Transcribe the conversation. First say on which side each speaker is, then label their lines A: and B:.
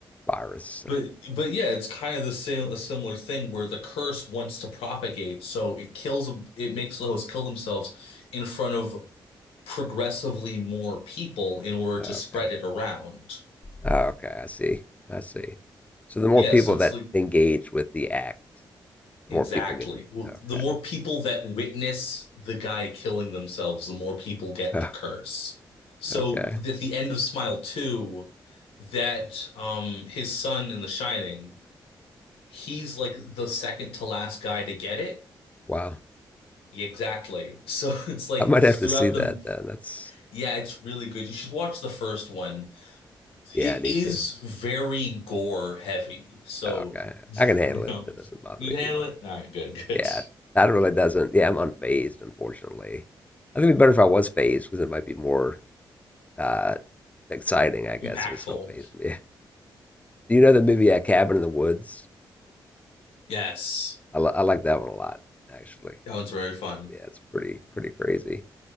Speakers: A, on the left; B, on the left.
A: virus. And
B: But
A: it,
B: but yeah, it's kind of the same a similar thing where the curse wants to propagate, so it kills it makes the host kill themselves in front of progressively more people in order
A: oh,
B: to
A: okay,
B: spread it around.
A: oh, okay, I see, I see. So the more
B: Yeah,
A: people
B: so it's
A: that
B: like
A: engage with the act, the
B: exactly.
A: more people get.
B: Well,
A: Okay,
B: The more people that witness the guy killing themselves, the more people get
A: oh,
B: the curse. So
A: okay,
B: at the end of Smile 2, that um his son in The Shining, he's like the second to last guy to get it
A: wow.
B: Exactly. So <laughs> it's like
A: I might
B: throughout
A: have to see that
B: them,
A: then. That's
B: yeah, it's really good. You should watch the first one.
A: yeah,
B: It
A: I need
B: is
A: to.
B: very gore heavy. So,
A: Oh, okay,
B: <laughs>
A: I can handle
B: you
A: it.
B: know,
A: It doesn't bother
B: you
A: me
B: can handle
A: too much.
B: it. All right, good, <laughs> good.
A: Yeah, that really doesn't. Yeah, I'm unfazed, unfortunately. I think it'd be better if I was phased because it might be more uh, exciting, I guess,
B: Impactful.
A: if it still phased me. <laughs> Do you know the movie uh, Cabin in the Woods?
B: Yes.
A: I, li- I like that one a lot, actually.
B: That one's very fun.
A: Yeah, it's pretty pretty crazy.